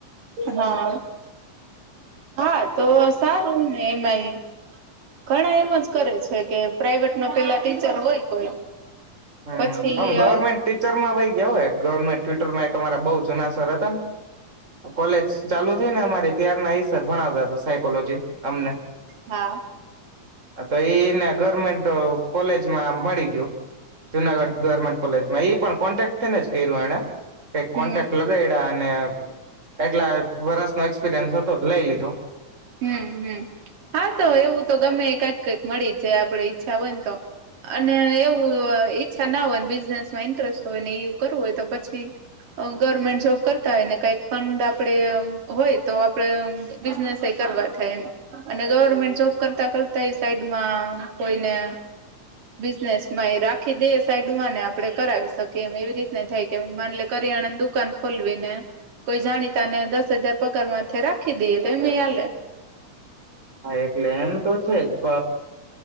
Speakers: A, on the right (about 85°); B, on the right (about 20°).
A: હા હા તો સારું ને એમાં એ ઘણા એમ જ કરે છે કે પ્રાાઈવેટ ન પેલા ટીચર હોય કોઈ
B: હમ્મ,
A: પછી
B: આમ
A: હા
B: ગવર્મેન્ટ ટીચરમાં વઈ ગ્યા હો એક. ગવર્મેન્ટ ટ્વિટર માં એક અમારા બવ જુના સર હતા ન, તો કોલેજ ચાલુ થઇ ને અમારે ત્યાર ના એ સર ભણાવતા તા સાયકોલોજી અમને.
A: હા.
B: તો એઈને ગવર્મેન્ટ કોલેજ માં મળી ગયુ. જુનાગઢ ગવર્મેન્ટ કોલેજમાં ઈ પણ કોન્ટેક્ટ થે ને જ કર્યું એણે. કાંઈક
A: હમ
B: કોન્ટેક્ટ લગાડ્યા ને એકલા વરસનો એક્સપિરિયસ હતો ત લઈ લીધો.
A: હમ્મ હમ્મ, હા તો એવું તો ગમે એ કાંઈક કાંઈક મળી જ જાય આપડે ઈચ્છા હોય ને તો અને એવું ઈચ્છા ના હોય ને બિઝનેસમાં ઇન્ટરેસ્ટ હોય ને એવું કરવું હોય તો પછી અ ગવર્મેન્ટ જોબ કરતા હોય ને કાંઈક ફંડ આપણે હોય તો આપડે બિઝનેસ એ કરવા થાય એમ અને ગવર્મેન્ટ જોબ કરતા કરતા એ સાઈડમાં કોઈને બિઝનેસ માંય રાખી દે સાઈડમાં ને આપ આપણે કરાવી શકીએ એમ એવી રીતને થાય કે માની લે કરિયાણાની દુકાન ખોલવી ને કોઈ જાણીતા ને દસ હજાર પગારમાંથે રાખી દઈએ તો એમ એ હાલેે.
B: હા એટલે એમ તો છે જ પ